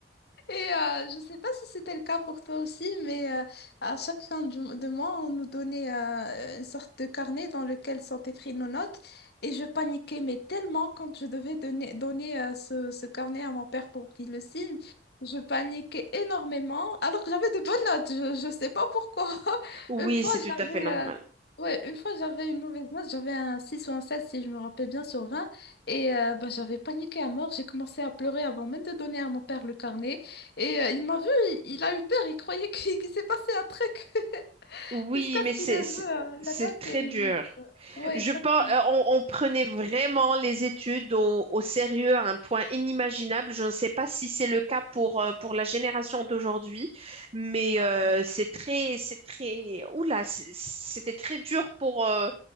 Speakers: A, on the left; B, on the right.
A: Et euh, je ne sais pas si c'était le cas pour toi aussi, mais euh, à chaque fin du- de mois, on nous donnait euh, une sorte de carnet dans lequel sont écrites nos notes. Et je paniquais, mais tellement quand je devais donner, donner euh, ce, ce carnet à mon père pour qu'il le signe, je paniquais énormément, alors que j'avais de bonnes notes. Je ne sais pas pourquoi. <laughs>
B: Oui,
A: Une fois,
B: c'est tout
A: j'avais...
B: à fait normal.
A: euh, Ouais, une fois j'avais une mauvaise note, j'avais un 6 ou un 7 si je me rappelle bien sur 20 et euh, bah, j'avais paniqué à mort, j'ai commencé à pleurer avant même de donner à mon père le carnet. Et euh, il m'a vu, il, il a eu peur, il croyait qu'il <laughs> qu'il s'est passé un truc <laughs>
B: Oui,
A: jusqu'à
B: mais
A: ce qu'il
B: c'est,
A: ait
B: c'est
A: vu euh, la
B: c'est
A: note
B: très
A: et
B: dur.
A: il m'a dit euh, Ouais,
B: Je
A: exactement.
B: pense, euh, on, on prenait vraiment les études au, au sérieux à un point inimaginable. Je ne sais pas si c'est le cas pour, euh, pour la génération d'aujourd'hui, mais
A: Ouais,
B: euh, c'est très, c'est très, oula, c'est- c'était très dur pour, euh,